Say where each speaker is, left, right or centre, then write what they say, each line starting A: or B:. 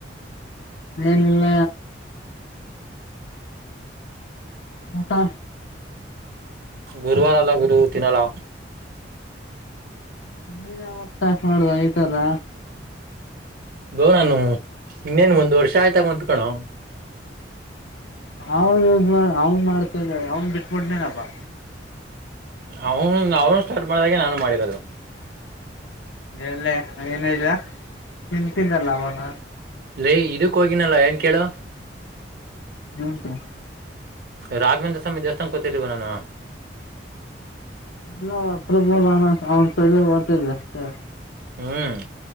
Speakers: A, on the left; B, on the right.
A: ಏನಿಲ್ಲ ಊಟಾ?
B: ಗುರುವಾರ ಅಲ್ಲ ಗುರು ತಿನ್ನಲ್ಲ
A: ನೀನ್ ಯಾವಾಗ ಸ್ಟಾರ್ಟ್ ಮಾಡ್ದ ಆ ಇತರ
B: ಗೋ ನಾನು ಇನ್ನೇನ್ ಒಂದ್ ವರ್ಷ ಆಯ್ತಾ ಬಂತ್ಕಣೋ
A: ಹೌದ ಅವನ್ ಮಾಡ್ತದ ಅವನ್ ಬಿಟ್ಬಿಟ್ಟನೇನಪ್ಪ
B: ಅವನು ಅವನು ಸ್ಟಾರ್ಟ್ ಮಾಡಿದಾಗೆ ನಾನು ಮಾಡಿರೋದು
A: ಹೇಳೆ ಏನ ಇದಿಯ ತಿಂತಿದ್ದಲ್ಲ ಅವಗ
B: ಲೇ ಇದಕ್ಕೆ ಹೋಗಿನಲ್ಲ ಏನು ಕೇಳು
A: ಹ್ಮ ಹ್ಮ್
B: ರಾಘವೇಂದ್ರ ಸ್ವಾಮಿ ದೇವಸ್ಥಾನ ಕೂತಿದೀವಲ ನಾನು
A: ನ ಪ್ರಬಲ್ನ ಅವ ಸ ಹೊತ ಜಸ್ತ <unintelligible>
B: ಹ್ಮ್